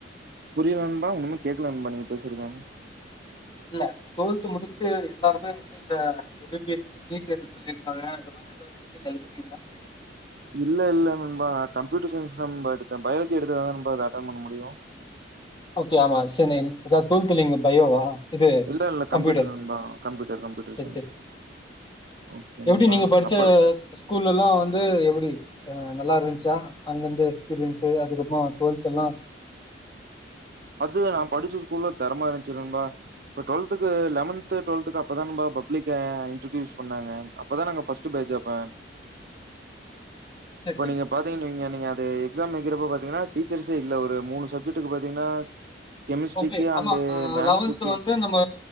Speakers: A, on the right (about 50°); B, on the left (about 25°).
A: புரியல நண்பா ஒண்ணுமே கேட்கல நண்பா நீங்க பேசுரதுங்.
B: இல்ல டொல்து முடிச்சுட்டு எல்லாருமே வந்து இந்த எம் பிபி எஸ்கு நீட்டு எழுத சொல்லிருக்காங்க அந்த மாதிரி ஏதாவது நீங்களும் எழுதுனீங்களானு கேட்ட.
A: இல்ல இல்ல நன்பா கம்ப்யூட்டர் சைன்ஸ் நம்ப எடுத். த பயாலஜி எடுத்தாதான் நம்ப இத அட்டன் பண்ண முடியும்.
B: ஓகே ஆமா சரின்னை எதா டொல்த்ல நீங்க பயோவா. இது
A: இல்ல இல்ல
B: கம்ப்யூட்டர்
A: நண்பா கம்ப்யூட்டர் கம்ப்யூட்டர்
B: சேரிச்சேரி.
A: சயின்ஸ் ஓகே
B: எப்படி
A: நண்பா
B: நீங்க படிச்ச
A: அப்ப
B: ஸ்கூல்ல எல்லாம் வந்து எப்படி. அஹ நல்லா இருந்துச்சா அங்கிருந்து எக்ஸ்பீரியன்ஸ்சு அதுக்கப்புறோ டுவெல்த் எல்லாம்.
A: அது நா படிச்ச ஸ்கூல்ல தரமா இருஞ்சு நண்பா. இப்ப டுவெல்த்துக்கு லெவன்து டுவெல்த்துக்கு அப்பதான் பப்ளிக்கே இன்டுடியூஸ் பண்ணாங்க அப்பதான் நாங்க பஸ்ட பேஜ் அப்ப.
B: செரி
A: இப்ப
B: செரி
A: நீங்க பாத்தீங்கன் வைங்க நீங்க அது எக்ஸ்சாம் வைக்கரப்போ பாத். ஏனா டீச்சர்ஸே இல்ல ஒரு மூணு சப்ஜெட்க்கு பாத்தீங்கன்னா கெமிஸ்ட்ரிக்கு
B: ஓகே
A: அண்டு
B: ஆமா
A: மேக்ஸுக்கு
B: லெவன்த் வந்து நம்ம